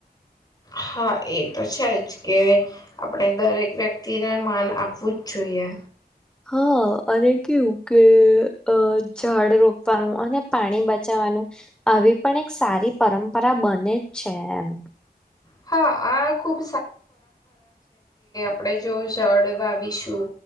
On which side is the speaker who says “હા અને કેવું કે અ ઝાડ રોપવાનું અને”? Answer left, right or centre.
Centre